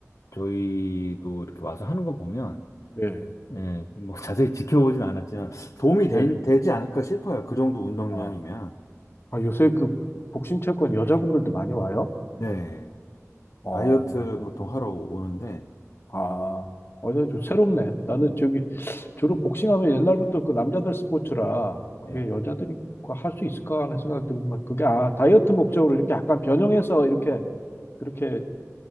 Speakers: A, on the left; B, on the left.
A: 저희도 이렇게 와서 하는 거 보면,
B: 예,
A: 예. 뭐 <laughs> 자세히 지켜보진 않았지만 도움이 되,
B: 예.
A: 되지 않을까 싶어요. 그 정도 운동량이면.
B: 아. 아, 요새 그 복싱 체육관 여자분들도 많이 와요?
A: 네.
B: 어,
A: 다이어트
B: 그렇죠.
A: 보통 하러 오는데,
B: 아, 어제 좀 새롭네. 나는 저기 주로 복싱하면 옛날부터 그 남자들 스포츠라 그게
A: 예,
B: 여자들이 그 할수 있을까 하는 생각이 들지만 그게 아, 다이어트 목적으로 이렇게 약간 변형해서 이렇게 그렇게